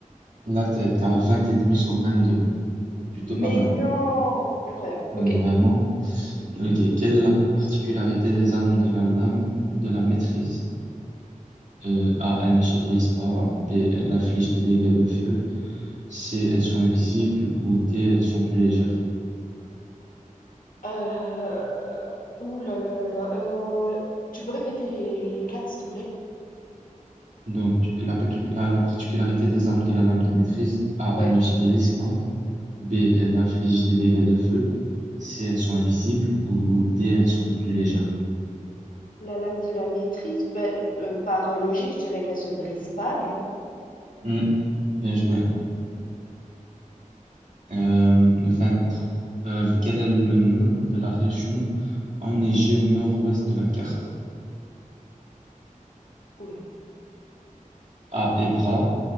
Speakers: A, on the right (about 65°); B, on the left (about 80°).
A: Là, t'es t'es à 20 et demi sur 22. C'est plutôt
B: Mais
A: pas mal.
B: non! Incroyable.
A: Vraiment.
B: Ok.
A: Ok. Quelle est la particularité des armes de la lame de la maîtrise? Euh, A. Elles ne se brisent pas. B. Elles infligent des dégâts de feu. C. Elles sont invisibles. Ou D. Elles sont plus légères.
B: Euh... Ouh là là là là. Euh, Tu peux répéter les, les quatre, s'il te plaît?
A: Donc, la, pacu- la, la particularité des armes de la lame de maîtrise, A.
B: Ouais.
A: Elles ne se brisent pas. B. Elles infligent des dégâts de feu. C. Elles sont invisibles. Ou D. Elles sont plus légères.
B: La lame de la maîtrise, bah, euh, par euh, logique, je dirais qu'elle se brise pas, non?
A: Hmm, Bien joué. Euh, 23, euh, quel est le nom de la région enneigée au nord-ouest de la carte?
B: Oula.
A: A. Hébra,